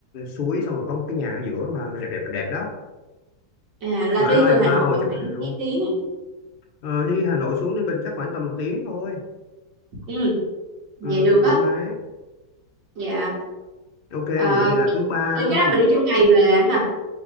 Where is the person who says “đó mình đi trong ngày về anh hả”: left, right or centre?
Right